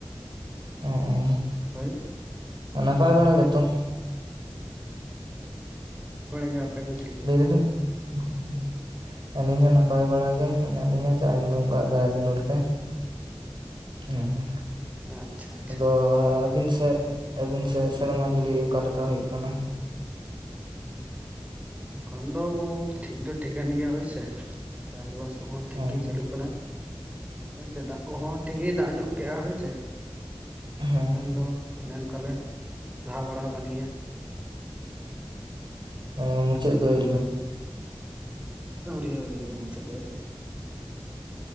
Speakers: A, on the right; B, on the right.
A: ᱱᱚᱼᱚᱭ
B: ᱦᱳᱭ
A: ᱱᱟᱯᱟᱭ ᱵᱟᱲᱟ ᱜᱮ ᱛᱚ
B: ᱵᱟᱲᱟ ᱜᱮ ᱵᱟᱯᱮ ᱠᱚ ᱪᱮᱞᱤᱜ
A: <unintelligible> ᱟᱹᱞᱤᱧ ᱦᱚᱸ ᱱᱟᱯᱟᱭ ᱵᱟᱲᱟ ᱜᱮ ᱢᱮᱱᱟᱜ ᱞᱤᱧᱟᱹ ᱪᱟᱸᱫᱚ ᱵᱚᱸᱜᱟᱣᱟᱜ ᱫᱟᱭᱟ ᱫᱩᱞᱟᱹᱲ ᱛᱮ ᱦᱩᱸ
B: ᱟᱪᱪᱷᱟ ᱟᱪᱪᱷᱟ
A: ᱟᱫᱚ ᱟᱹᱵᱤᱱ ᱥᱮᱫ, ᱟᱹᱵᱤᱱ ᱥᱮᱫ ᱥᱮᱲᱢᱟ ᱡᱚᱲᱤ ᱚᱠᱟ ᱞᱮᱠᱟ ᱦᱩᱭᱩᱜ ᱠᱟᱱᱟ
B: ᱠᱷᱚᱱ ᱫᱚ ᱵᱟᱵᱩ ᱴᱷᱤᱠ ᱫᱚ ᱴᱷᱤᱠᱟᱹᱱ ᱜᱮᱭᱟ ᱦᱚᱭᱥᱮ ᱪᱟᱥᱵᱟᱥ ᱠᱚᱦᱚᱸ ᱴᱷᱤᱠ
A: ᱦᱮᱸ
B: ᱜᱮ ᱪᱟᱹᱞᱩᱜ ᱠᱟᱱᱟ ᱦᱚᱭ ᱥᱮ ᱫᱟᱜ ᱠᱚᱦᱚᱸ ᱴᱷᱤᱠ ᱜᱮ ᱫᱟᱜ ᱧᱚᱜ ᱠᱮᱜᱼᱟ ᱦᱳᱭ ᱥᱮ
A: ᱦᱮᱸ
B: ᱮᱱᱠᱷᱟᱱ ᱫᱚ ᱚᱱᱮ ᱚᱱᱠᱟ ᱞᱮ ᱞᱟᱦᱟ ᱵᱟᱲᱟ ᱟᱠᱟᱱ ᱜᱮᱭᱟ
A: ᱦᱮᱸ ᱢᱩᱪᱮᱫ ᱫᱟ. ᱭ
B: ᱟᱣᱨᱤ ᱟᱣᱨᱤ ᱢᱩᱪᱮᱫ ᱫᱚ